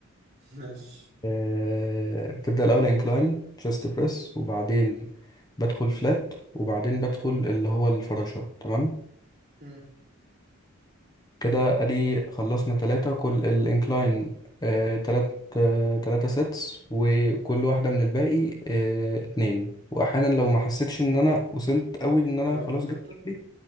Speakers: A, on the right (about 45°); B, on the left (about 20°).
A: <laughs> ماشي
B: آه... بتبدأ الأول انكلاين تشيست بريس وبعدين بدخل فلات وبعدين بدخل اللي هو الفراشة تمام
A: مم.
B: كده ادي خلصنا تلاتة كل الانكلاين آه تلات آه تلاتة سيتس وكل واحدة من الباقي آه اتنين واحيانا لو ما حسيتش ان انا وصلت قوي ان انا
A: تلعب
B: خلاص
A: التالتة
B: جبت اخري،